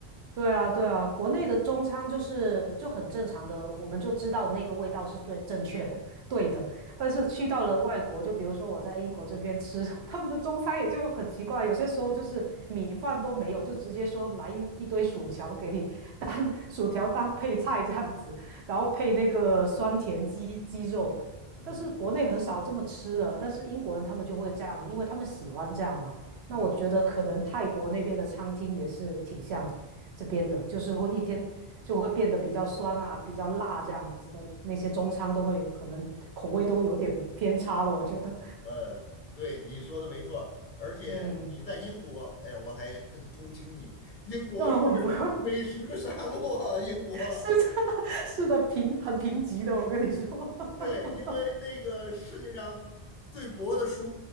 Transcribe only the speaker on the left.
嗯
嗯，
呃，对，你说的没错儿而且你在英国，
哎呀，我还很同情你，英国是
美食的沙漠啊英国。
对，因为那个世界上最薄的书，